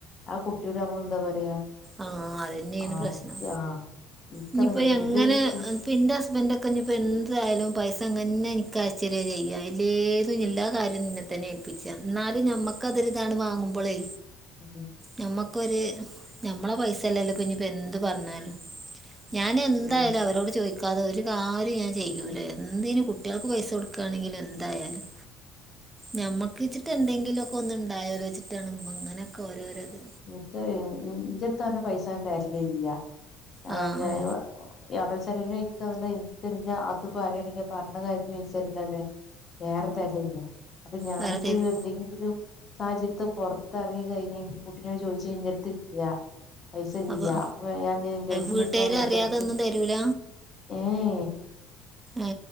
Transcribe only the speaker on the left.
ആ കുട്ടിയേട് നമ്മളെന്താ പറയാ.
ആ
നമുക്ക് ആ ഇൻക്കതാ
ഇന്റെ കുട്ടി
ഉം
ഉം
ഇക്ക വെരണ് ഇജ്ജെത്താ പറഞ്ഞു പൈസ ഞാൻ തെര്ലില്ല. ഞാൻ,
<unintelligible> യാടെോ ചെിലവിന് ഇക്ക വന്നേ പിന്നെ അത് പറയണെങ്കി പറഞ്ഞ കാര്യത്തിന് <unintelligible> അതെ ഏറെ തെരലില്ല അപ്പൊ, ഞാനിപ്പോരെന്തെങ്കിലും.
സാഹചര്യത് പെർത്തെറങ്ങി കഴിഞ്ഞാ ൻക്ക് കുട്ടിനേട് ചോദിച്ചാ ഇൻ്റെടുത്തില്ലൃ. പൈസ ഇല്ലൃ
അപ്പൊ ഞാന് ഗൾഫിൽ
നിക്ക്ണ മൂപ്പര്ക്ക്.
ഏ ഏ